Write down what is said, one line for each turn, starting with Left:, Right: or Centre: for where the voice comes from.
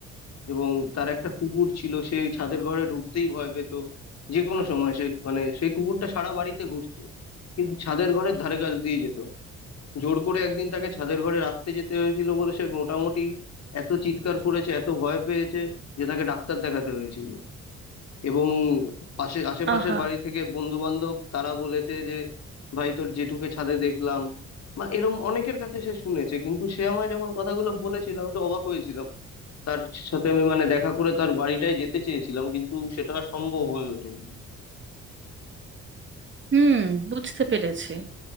Left: এবং তার একটা কুকুর ছিল সে ওই ছাদের ঘরে ঢুকতেই ভয় পেত যে কোনো সময় সে মানে সেই কুকুরটা সারা বাড়িতে ঘুরতো কিন্তু ছাদের ঘরের ধারে কাছ দিয়ে যেত না জোর করে একদিন তাকে ছাদের ঘরে রাখতে যেতে হয়েছিল বলে সে মোটামুটি এত চিৎকার করেছে এত ভয় পেয়েছে যে তাকে ডাক্তার দেখাতে হয়েছিল এবং পাশে আশেপাশের
Right: আহা
Left: বাড়ি থেকে বন্ধু বান্ধব তারা বলেছে যে ভাই তোর জেঠুকে ছাদে দেখলাম বা এরম অনেকের কাছে সে শুনেছে কিন্তু সে আমায় যখন কথাগুলো বলেছিল আমি তো অবাক হয়েছিলাম তার সাথে আমি মানে দেখা করে তার বাড়িটায় যেতে চেয়েছিলাম কিন্তু সেটা সম্ভব হয়ে ওঠেনি
Right: হুম বুঝতে পেরেছি